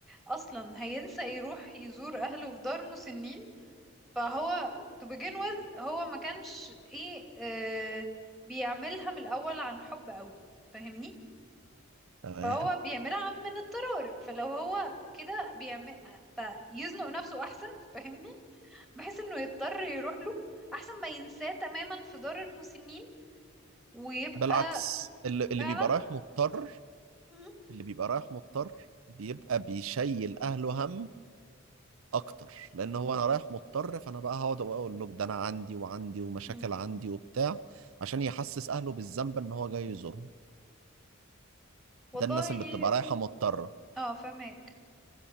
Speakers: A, in the centre; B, on the right (about 75°).
A: اصلا هينسى يروح يزور اهله في دار مسنين فهو to begin with هو ما كانش ايه آه بيعملها من الاول عن حب قوي فاهمني
B: تمام
A: فهو بيعملها من اضطرار فلو هو كده بيعمل فيزنق نفسه احسن فاهمني بحيث انه يضطر يروح له احسن ما ينساه تماما في دار المسنين ويبقى
B: بالعكس اللي, اللي
A: فعلا
B: بيبقى رايح مضطر
A: مم.
B: اللي بيبقى رايح مضطر بيبقى بيشيل اهله هم اكتر لان هو انا رايح مضطر فانا بقى هقعد اقول له ده انا عندي وعندي ومشاكل
A: مم.
B: عندي وبتاع عشان يحسس اهله بالذنب ان هو جاي يزورهم
A: والله
B: ده الناس اللي بتبقى رايحه مضطره
A: اه فهمك